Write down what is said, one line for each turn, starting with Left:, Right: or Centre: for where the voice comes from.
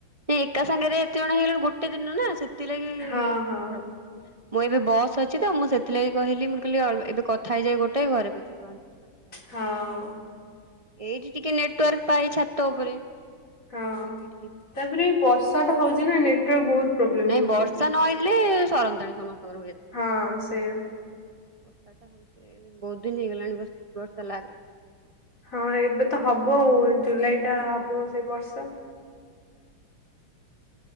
Right: ଏକା ସାଙ୍ଗରେ ଏତେ ଜଣ ହେଇଗଲାବେଳକୁ, ଗୋଟେ ଦିନ ନା, ସେଥିଲାଗି ପ୍ରବ୍ଲେମ୍।
Left: ଆଉ ହଁ ହଁ
Right: ମୁଁ ଏବେ ବସ୍ ଅଛି ତ, ମୁଁ ସେଥିଲାଗି କହିଲି, ମୁଁ କହିଲି ଏବେ କଥା ହେଇଯାଏ ଗୋଟଏ, ଘରେ <inaudible> ଏଇଠି
Left: ହଁ।
Right: ଟିକେ ନେଟୱାର୍କ ପାଏ, ଛାତ ଉପରେ।
Left: ହଁ,
Right: ଆମର ଏଇଠି।
Left: ତାପରେ ବର୍ଷା ଟା ହଉଛି ନା ନେଟୱାର୍କ ବହୁତ ପ୍ରୋବ୍ଲେମ
Right: ନାଇଁ
Left: ହଉଛି।
Right: ବର୍ଷା ନ ହେଇଥିଲେ ସରନ୍ତାଣି ସମସ୍ତଙ୍କର ହୁଏତ।
Left: ହଁ, ସେଇଆ।
Right: <inaudible> ବହୁତ ଦିନ ହେଇଗଲାଣି ବର୍ଷା ଲାଗିଲା।
Left: ହଁ, ଏବେ ତ ହବ ଆଉ। ଜୁଲାଇ ଟା ହବ, ସେଇ ବର୍ଷା।